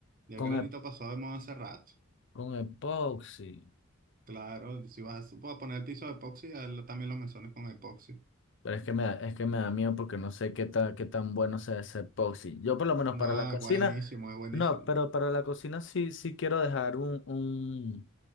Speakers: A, on the right; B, on the left.
A: Ya
B: con,
A: el granito
B: ep-
A: pasó de moda hace rato.
B: con epoxi.
A: Claro, si vas a, a poner el piso de epoxi, hazlo también los mesones con epoxi.
B: Pero es que me da, es que me da miedo porque no sé qué ta- qué tan bueno sea ese epoxi. Yo por lo menos
A: No,
B: para la cocina,
A: es buenísimo, es buenísimo.
B: no, pero para la cocina sí, sí quiero dejar un, un,